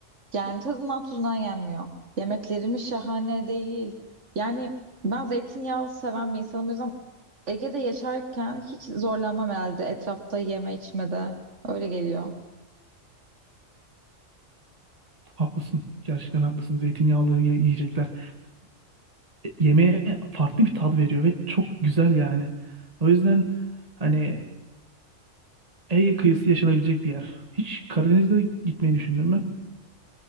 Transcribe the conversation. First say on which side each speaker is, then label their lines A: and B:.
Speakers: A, on the right (about 65°); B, on the right (about 30°).
A: Yani tadından tuzundan yenmiyor. Yemeklerimiz şahane değil. Yani ben zeytinyağı seven bir insanım. O yüzden Ege'de yaşarken hiç zorlanmam herhalde etrafta yeme içmede. Öyle geliyor.
B: Haklısın. Gerçekten haklısın. Zeytinyağlı ye- yiyecekler e, yemeğe farklı bir tat veriyor ve çok güzel yani. O yüzden hani Ege kıyısı yaşanabilecek bir yer. Hiç Karadeniz'de gitmeyi düşündün mü?